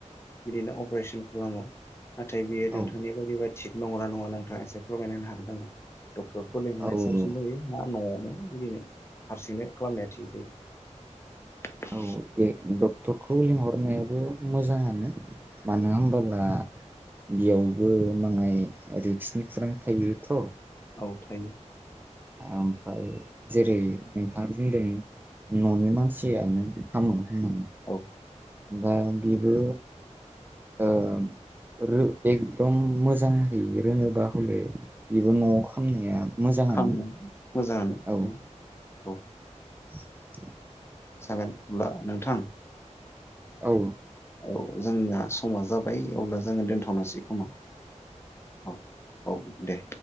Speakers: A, on the left (about 20°); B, on the right (about 15°).
A: बिदिनो अपारेशन खालामो। नाथाय बेयो नोंथांनि
B: औ
A: बे बा थिग नंगौना नङा नोंथाङा एसे फोरमायना होनो हागोन दा नों डक्टरखौ
B: औ
A: लेंहरनाया साबसिन जायो ना नआवनो बिदिनो हारसिंनो खालामनाया थिग जायो।
B: औ दे डक्टरखौ लिंहरनायाबो मोजाङानो मानो होमबोला बेयावबो माङाय रिक्सनि खुरां थायोथ
A: औ थायो
B: ओमफ्राय जेरै नोंथाङा बुंदों ननि मानसियानो खामो होनना
A: औ
B: दा बेबो ओ रो एकदम मोजाङै रोङोबा हले बेबो नआव खामनाया मोजाङानो
A: खामनो मोजाङानो
B: औ
A: औ
B: <inaudible>
A: जागोन अब्ला नोंथां
B: औ
A: औ जोंना समा जाबाय अब्ला ज जोङो दोनथनोसै खोमा औ औ दे।